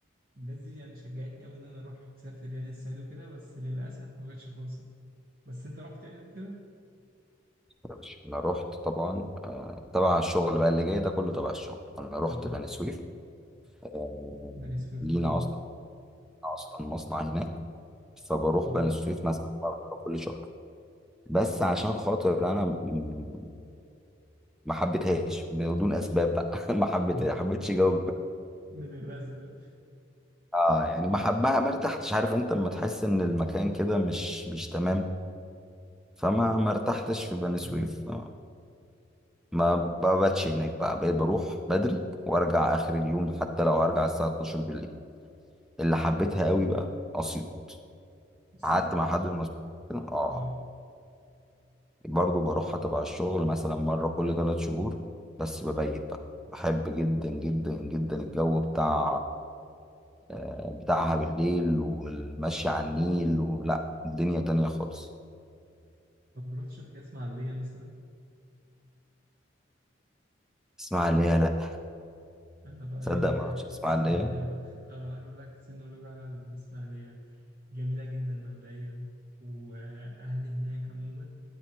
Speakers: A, on the right (about 50°); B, in the centre.
A: الناس دي يعني شجعتني قوي ان انا اروح اسافر يعني الصعيد وكده بس للاسف ما جاتش فرصه بس انت رحت يعني قبل كده
B: يا باشا، انا رحت طبعا آه، تبع الشغل بقى اللي جاي ده كله تبع الشغل انا رحت
A: اه
B: بني سويف آه،
A: بني سويف
B: لينا
A: طبعا
B: اصلا
A: اه
B: اصلا مصنع هناك فبروح
A: اه
B: بني سويف مثلا مرة كل شهر بس عشان خاطر انا م- ما حبيتهاش بدون اسباب بقى <laughs> ما حبيتها
A: <laughs>
B: حبيتش جو
A: من غير اسباب
B: اه يعني ما حب ما ما ارتحتش عارف انت لما تحس ان المكان كده مش مش تمام فما ما ارتحتش
A: اكيد
B: في بني
A: طبعا
B: سويف ما بباتش هناك بقى بقيت بروح بدري وارجع اخر اليوم حتى لو هرجع الساعه 12 بالليل اللي حبيتها قوي بقى اسيوط
A: اسيوط
B: قعدت مع حد من اسيوط كده، اه
A: اه
B: برضو بروحها تبع الشغل مثلا مرة كل ثلاث شهور بس ببيت بقى بحب جدا جدا جدا الجو بتاع آه، بتاعها بالليل والمشي على النيل ولا الدنيا تانية خالص
A: طب رحتش قبل كده اسماعيليه مثلا
B: اسماعيلية لا
A: انا بقى
B: تصدق
A: ايه
B: ما
A: اهلي
B: رحتش اسماعيلية
A: في اسماعيليه و... <laughs> اه هقول لك سينولوج على الاسماعيليه جميله جدا مبدئيا واهلي هناك عموما